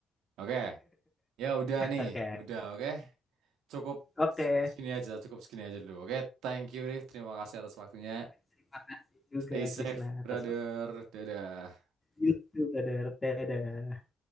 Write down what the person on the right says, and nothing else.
Oke. Ya udah nih,
udah oke. Cukup
cukup segini aja, cukup segini aja dulu. Oke, thank you Liv. Terima kasih atas waktunya.
Stay safe,
brother.
Dadah.